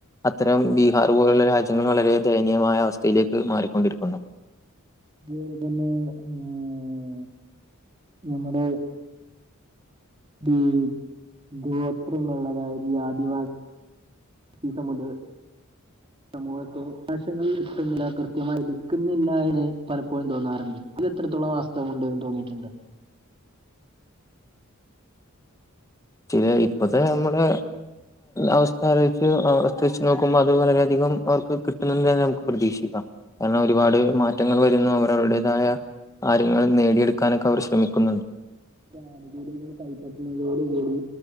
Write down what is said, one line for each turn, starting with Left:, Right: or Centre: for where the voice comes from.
Left: അത്തരം ബീഹാർ പോലുള്ള രാജ്യങ്ങൾ വളരെ ദയനീയമായ അവസ്ഥയിലേക്ക് മാറിക്കൊണ്ടിരിക്കുന്നു
Right: അതുപോലെ തന്നെ ആഹ് നമ്മുടെ ഉം ഗോത്രങ്ങുള്ളതായത് ഈ ആദിവാസി ഈസമത സമൂഹത്തെ ആശങ്ങൾ കിട്ടുന്നില്ല കൃത്യമായിരിക്കുന്നില്ല എന്ന് പലപ്പോഴും തോന്നാറുണ്ട് അത് എത്രത്തോളം വസ്തവം ഉണ്ടന്ന് തോന്നിയിട്ടുണ്ട്
Left: ചില ഇപ്പത്തെ നമ്മുടെ അവസ്ഥ ആലോചിച്ച് അവസ്ഥ വച്ച് നോക്കുമ്പോൾ അത് വളര അധികം അവർക്ക് കിട്ടുന്നുണ്ട്തന്നെ നമുക്ക് പ്രതീക്ഷിക്കാം കാരണം ഒരുപാട് മാറ്റങ്ങൾ വരുന്നു അവരവരുടേതായ കാര്യങ്ങളും നേടിയെടുക്കാനൊക്കെ അവർ ശ്രമിക്കുന്നുണ്ട്
Right: ആനുകൂല്യങ്ങൾ കൈപ്പറ്റുന്ന തോടുകൂടി